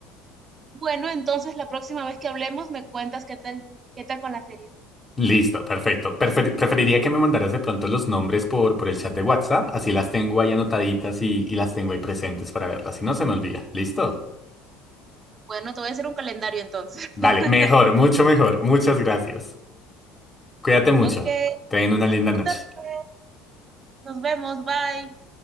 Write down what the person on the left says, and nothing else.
Listo, perfecto. Prefer- preferiría que me mandaras de pronto los nombres por, por el chat de WhatsApp, así las tengo ahí anotaditas y, y las tengo ahí presentes para verlas, si no se me olvida. ¿Listo?
Vale,
mejor, mucho mejor. Muchas gracias. Cuídate mucho.
Ten una linda noche.